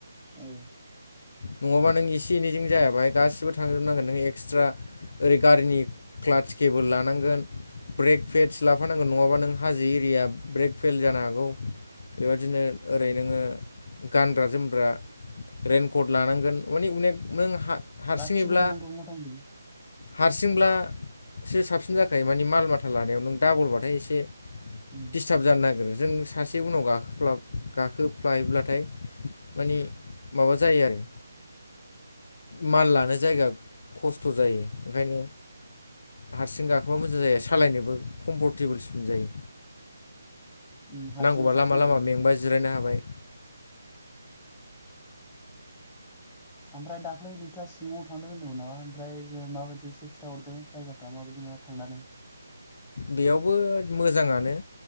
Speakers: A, in the centre; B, on the left (about 55°).
A: औ
B: नङाबा नों एसे एनैजों जाया बाहाय गासिबो थांजोबनांगोन नों ए क्सट्रा ओरै गारिनि क्लाच केेबोल लानांगोन ब्रेक फेल मानसि लाफानांगोन नङाबा नों हाजो एरिया ब्रेक फेल जानो हागौ बेबादिनो ओरै नोङो गानग्रा जोमग्रा रेइनकट लानांगोन माने अनेक नों हा हारसिङैब्ला
A: गासिबो थानांगौ मथा मथि
B: हारसिंब्लासो साबसिन जाखायो माने माल माथा लानायाव नों डाबलबाथाय एसे
A: उम
B: डिसथाब जानो नागिरो जों सासे उनाव गाखो गाखोफ्लायोब्लाथाय माने माबा जायो आरो मान लानो जायगा खस्थ' जायो ओंखायनो हारसिं गाखोबा मोजां जायो सालायनोबो कम्फर्टेबोलसिन जायो।
A: उम हारसिङाव
B: नांगौबा
A: साबसिन
B: लामा लामा
A: जायो
B: मेंबा जिरायनो हाबाय।
A: ओमफ्राय दाख्लै नोंथाङा शिलिङाव थांदों होनदोंमोन नामा ओमफ्राय जो माबायदि एसे खिथाहरदो जायगाफ्रा माबायदि मायाव थांनानै
B: बेयावबो मोजाङानो